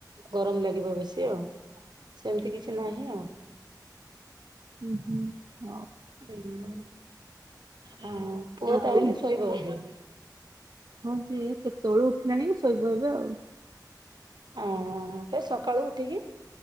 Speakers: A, on the right; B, on the right.
A: ଗରମ ଲାଗିବ ବେଶୀ ଆଉ। ସେମିତି କିଛି ନାହିଁ ଆଉ।
B: ହୁଁ ହୁଁ ହଉ।
A: ହୁଁ ହଁ ପୁଅ
B: ଆଉ
A: ତାହଲେ ଶୋଇବ ଏବେ।
B: ହଁ ସିଏ କେତେବେଲୁ ଉଠିଲାଣି ଶୋଇବା ଏବେ ଆଉ।
A: ଓ ଏ ସକାଳୁ ଉଠିକି